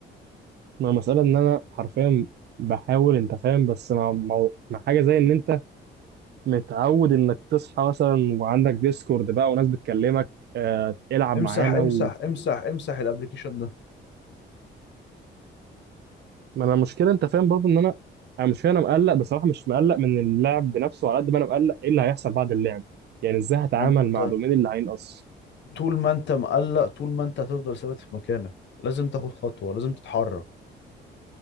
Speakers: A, on the right; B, on the left.
A: ما المساله ان انا حرفيا بحاول انت فاهم بس مع مع مع حاجه زي ان انت متعود انك تصحى مثلا وعندك ديسكورد بقى وناس بتكلمك آه العب
B: امسح
A: معانا
B: امسح
A: و...
B: امسح امسح الابليكيشن ده
A: ما انا المشكله انت فاهم برضو ان انا انا مش انا مقلق بصراحه مش مقلق من اللعب بنفسه على قد ما انا مقلق ايه اللي هيحصل بعد اللعب يعني ازاي هتعامل
B: ما انت
A: مع دومين اللي هينقص
B: طول ما انت مقلق طول ما انت هتفضل ثابت في مكانك لازم تاخد خطوة لازم تتحرك